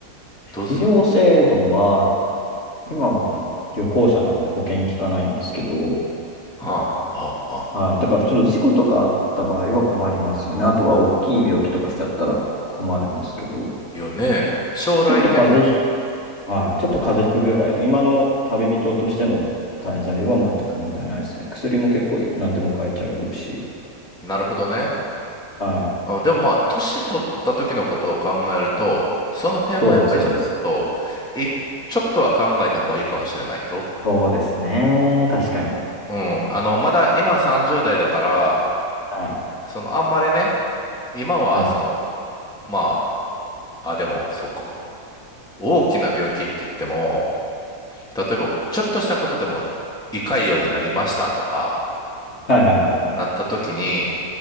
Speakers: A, in the centre; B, on the left (about 40°).
A: どうするの
B: 医療制度は、今は旅行者なので保険効かないんですけど、
A: はあ、はあ、はあ。
B: はい。だからちょっと事故とかあった場合は困りますよね。あとは大きい病気とかしちゃったら困るんですけど、
A: よね。将来的に。
B: ちょっと風邪ひ、はい。ちょっと風邪ひくぐらいの、今の旅人としての滞在は全く問題ないですね。薬も結構何でも買えちゃうし、
A: なるほどね。
B: はい。
A: うん、でもまあ、年取った時のことを考えると、その辺もやっぱりちょっと、
B: そうです、そうです。
A: い、ちょっとは考えた方がいいかもしれないよ。
B: そうですね。確かに。
A: うん。あの、まだ今30代だから、
B: はい。
A: その、あんまりね、今はその、
B: はい
A: まあ、あ、でも、そうか。大きな病気って言っても、例えば、ちょっとしたことでも、胃潰瘍になりましたとか、
B: はいはいはいはい。
A: なった時に、